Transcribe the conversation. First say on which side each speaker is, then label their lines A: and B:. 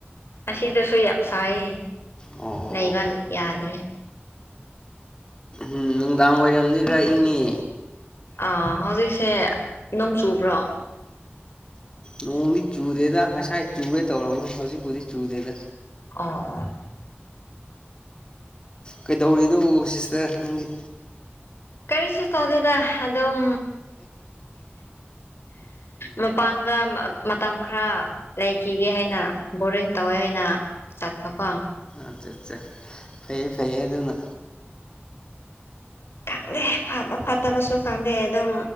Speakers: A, on the left (about 75°); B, on the left (about 20°).
A: ꯑꯁꯤꯗꯁꯨ ꯌꯥꯝ ꯁꯥꯏ
B: ꯑꯣ ꯑꯣ
A: ꯅꯩꯕ
B: ꯑꯣ
A: ꯌꯥꯗ꯭ꯔꯦ
B: ꯎꯝ ꯅꯨꯡꯗꯥꯡ ꯋꯥꯏꯔꯝꯗꯤ ꯈꯔ ꯏꯪꯉꯤ
A: ꯑꯥ ꯍꯧꯖꯤꯛꯁꯦ ꯅꯣꯡ ꯆꯨꯕ꯭ꯔꯣ
B: ꯅꯣꯡꯗꯤ ꯆꯨꯗꯦꯗ ꯉꯁꯥꯏ ꯆꯨꯒꯦ ꯇꯧꯔꯝꯅꯤ ꯍꯧꯖꯤꯛꯄꯨꯗꯤꯛ ꯆꯨꯗꯦꯗ
A: ꯑ ꯑ
B: ꯀꯩꯗꯧꯔꯤꯅꯣ ꯁꯤꯁꯇꯔ ꯅꯪꯒꯤ
A: ꯀꯔꯤꯁꯨ ꯇꯧꯗꯦꯗ ꯑꯗꯨꯝ ꯃꯄꯥꯟꯒ ꯃꯇꯝ ꯈꯔ ꯂꯩꯈꯤꯒꯦ ꯍꯥꯏꯅ ꯕꯣꯔꯤꯡ ꯇꯧꯋꯦ ꯍꯥꯏꯅ ꯆꯠꯄ ꯀꯣ
B: ꯑꯆꯥ ꯑꯠꯆꯥ ꯐꯩ ꯐꯩꯌꯦ ꯑꯗꯨ ꯑꯗꯨꯅ
A: ꯈꯪꯗꯦ ꯐꯕ ꯐꯠꯇꯕꯁꯨ ꯈꯪꯗꯦ ꯑꯗꯨꯝ